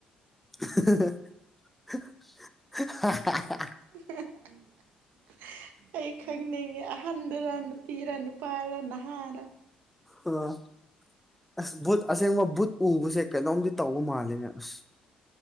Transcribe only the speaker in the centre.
<unintelligible>
ꯑꯣ ꯑꯁ ꯕꯨꯠ ꯑꯁꯦꯡꯕ ꯕꯨꯠ ꯎꯕꯁꯦ ꯀꯩꯅꯣꯝꯗꯤ ꯇꯧꯕ ꯃꯥꯜꯂꯤꯅꯦ ꯑꯁ